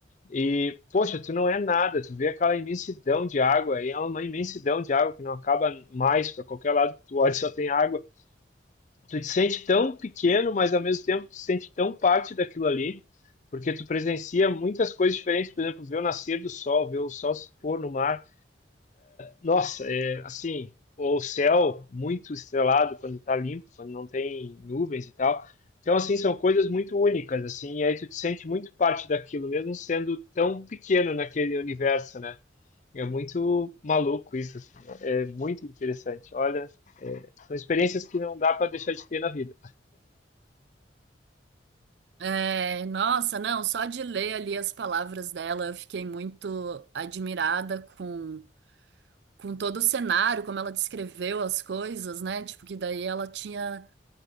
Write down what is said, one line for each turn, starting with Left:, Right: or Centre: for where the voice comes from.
Left: e, poxa, tu não é nada, tu vê aquela imensidão de água, e é uma imensidão de água que não acaba mais, para qualquer lado que tu olha só tem água, tu te sente tão pequeno, mas ao mesmo tempo tu te sente tão parte daquilo ali, porque tu presencia muitas coisas diferentes, por exemplo, ver o nascer do sol, ver o sol se pôr no mar. Nossa, é assim, o céu muito estrelado quando está limpo, quando não tem nuvens e tal. Então, assim, são coisas muito únicas, assim, e aí tu te sente muito parte daquilo, mesmo sendo tão pequeno naquele universo, né? É muito maluco isso, assim, é muito interessante. Olha, é, são experiências que não dá para deixar de ter na vida.
Right: É, nossa, não, só de ler ali as palavras dela, eu fiquei muito admirada com, com todo o cenário, como ela descreveu as coisas, né? Tipo, que daí ela tinha